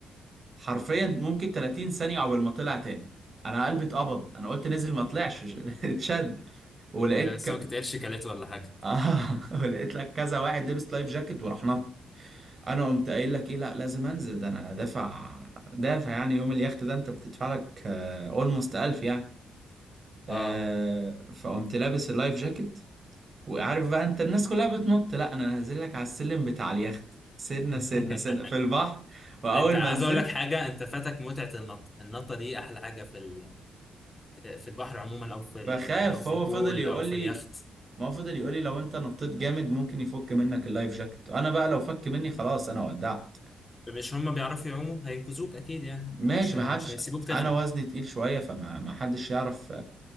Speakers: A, on the right (about 40°); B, on the left (about 25°).
A: حرفيا ممكن 30 ثانيه عقبال ما طلع تاني انا قلبي اتقبض انا قلت نزل ما طلعش <laughs> اتشد ولقيت
B: سمكة
A: ك...
B: قرش كلته ولا حاجة
A: <laughs> آه. ولقيت لك كذا واحد لبس لايف جاكيت وراح نط انا قمت قايل لك ايه لا لازم انزل ده انا دافع دافع يعني يوم اليخت ده انت بتدفع لك اولموست 1000 يعني آه
B: اه اه
A: فقمت لابس اللايف جاكيت وعارف بقى انت الناس كلها بتنط لا انا نازل لك على السلم بتاع اليخت سنه
B: <laughs>
A: سنه سنه في البحر واول
B: انت عايز
A: ما نزلت
B: اقول لك حاجة انت فاتك متعة النط النطة دي احلى حاجة في ال- في البحر عموما او في
A: بخاف
B: ال... او في
A: هو
B: البول
A: فضل يقول
B: او في
A: لي
B: اليخت
A: ما هو فضل يقول لي لو انت نطيت جامد ممكن يفك منك اللايف جاكيت انا بقى لو فك مني خلاص انا ودعت
B: مش هم بيعرفوا يعوموا هينقذوك اكيد يعني
A: ماشي
B: مش ه...
A: ما
B: مش
A: حدش
B: هيسيبوك تغرق
A: انا وزني تقيل شويه فما ما حدش يعرف